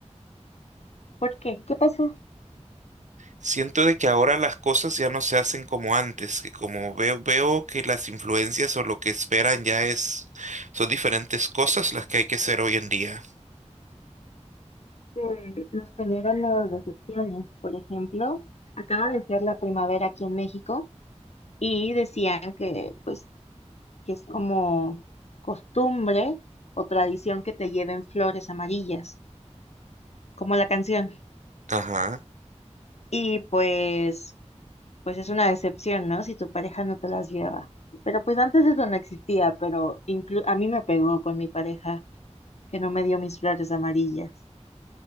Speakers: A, on the left (about 60°); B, on the right (about 80°).
A: ¿Por qué? ¿Qué pasó?
B: Siento de que ahora las cosas ya no se hacen como antes, que como veo, veo que las influencias o lo que esperan ya es, son diferentes cosas las que hay que hacer hoy en día.
A: Que nos generan las decepciones. Por ejemplo, acaba de ser la primavera aquí en México y decían que, pues, que es como costumbre o tradición que te lleven flores amarillas, como la canción.
B: Ajá.
A: Y pues, pues es una decepción, ¿no? Si tu pareja no te las lleva. Pero pues antes eso no existía, pero inclu- a mí me pegó con mi pareja que no me dio mis flores amarillas.